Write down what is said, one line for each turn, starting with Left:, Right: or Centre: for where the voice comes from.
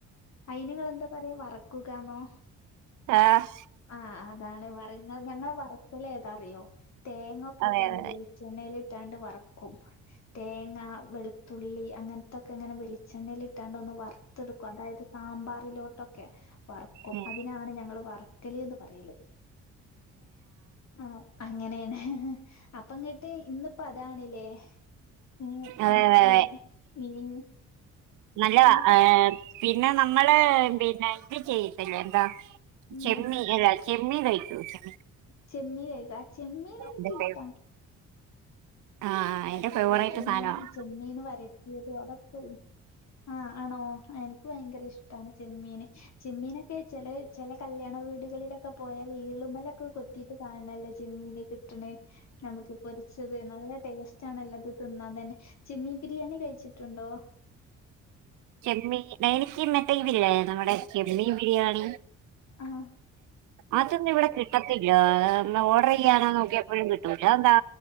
Left: അയിന്ങ്ങളെന്താ പറയാ വറക്കുകാന്നോ.
Right: ആഹ്.
Left: ആഹ് അതാണ്. വർ ഞങ്ങളെ വറ്ക്കല് ഏതാ അറിയോ തേങ്ങൊക്കെ
Right: അതെ
Left: ഇട്ടാണ്ട്
Right: അതെ
Left: വെ ച്ചെണ്ണയിലിട്ടാണ്ട് വറക്കും. തേങ്ങ, വെളുത്തുള്ളി അങ്ങൻത്തൊക്കെങ്ങനെ വെളിച്ചെണ്ണയിലിട്ടാണ്ട് ഒന്ന് വർ ത്തെട്ക്കും അതായത് സാമ്പാറിലോട്ടൊക്കെ വറ്ക്കും
Right: ഉം
Left: അതിനാണ് ഞങ്ങൾ വർ ക്കല്ന്ന് പറയല്. ആഹ് അങ്ങനെണ് ഹ്, ഹ് അപ്പങ്ങട്ട് ഇന്നിപ്പോ അതാണ്. ല്ലെ. <unintelligible>
Right: അതെ അതെ അതെ
Left: ഇഞ്ഞിപ്പം
Right: നല്ലതാ
Left: ഇഞ്ഞിപ്പോ
Right: ഏഹ് പിന്നെ നമ്മള് പിന്നെ ഇത് ചെയ്യത്തില്ലേ എന്താ
Left: എന്തെ
Right: ചെമ്മീ അല്ലാ. ചെമ്മീ കഴിക്കോ ചെമ്മീൻ.
Left: ചെമ്മി കഴിക അഹ് ചെമ്മിന് നിക്കിഷ്ട.
Right: എന്റെ ഫേവ ആഹ് എന്റെ
Left: അതേപോല്
Right: ഫേവറേറ്റ്
Left: തന്നെ
Right: സാധനവാ
Left: ചെമ്മീൻ വരട്ടിയത് അതൊക്കെ ആഹ് ആണോ എനിക്ക്. <unintelligible> ഭയങ്കര ഇഷ്ടാണ് ചെമ്മീന് ചെമ്മീനൊക്കെ ചെല ചെല കല്യാണ വീടുകളിലൊക്കെ പോയാല് ഈളുമ്മലൊക്കെ കൊ <unintelligible> കാണണല്ലേ ചെമ്മിന് കിട്ടണേ നമുക്ക് പൊരിച്ചത് നല്ല ടേസ് <unintelligible> അത് തിന്നാൻ തന്നെ. ചെമ്മീൻ ബിരിയാണി കഴിച്ചിട്ടുണ്ടോ?
Right: ചെമ്മീ <unintelligible> മറ്റേ ഇതില്ലേ നമ്മടെ ചെമ്മീൻ ബിരിയാണി
Left: ആഹ്
Right: അതൊന്നും ഇവിടെ കിട്ടത്തില്ല ഏഹ് ഓർഡർ ചെയ്യാന് നോക്കിയപ്പോഴും കിട്ടൂല അതെന്താ